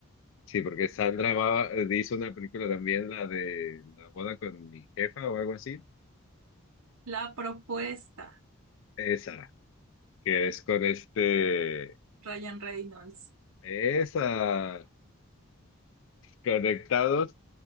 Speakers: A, on the left; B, on the right.
A: Sí, porque Sandra va- hizo una película también, la de la boda con mi jefa o algo así.
B: La propuesta,
A: Esa, que es con este,
B: Ryan Reynolds.
A: esa, conectados,